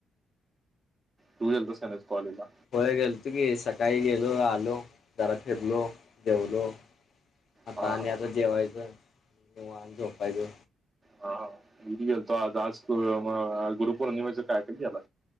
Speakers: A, on the right; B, on the left.
A: तू गेलतास का नाही कॉलेजला.
B: होय गेलतो की सकाळी गेलो आलो जरा फिरलो जेवलो आता
A: हा
B: आणि
A: हा
B: आता जेवायचं, निवांत झोपायचं
A: हा हा मी पण गेलतो आज आज अह गुरु पौर्णिमेचं काय का घ्याला